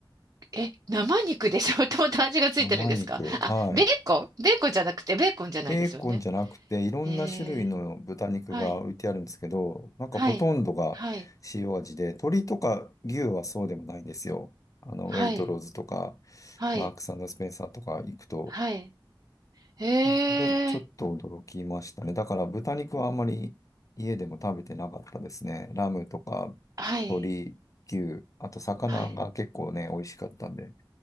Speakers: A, on the right (about 40°); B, on the left (about 40°).
A: え、生肉でしょ <laughs> もともと味がついてるんですかあ、
B: 生肉。はい。
A: ベーコンベーコンじゃなくて、ベーコンじゃないですよね。
B: ベーコンじゃなくて、いろんな種類の豚肉が置いてあるんですけど、
A: えー、はい。
B: なんかほとんどが
A: はい。はい。
B: 塩味で、鶏とか牛はそうでもないんですよ。あの、
A: はい。
B: ウェイトローズとか、
A: はい、
B: マークススペンサーとか行くと、
A: はい。へ
B: それちょっと驚きましたね。
A: え、
B: だから豚肉はあんまり家でも食べてなかったですね。ラムとか
A: はい、
B: 鶏、牛、あと魚が結構ね、
A: はい。
B: 美味しかったんで、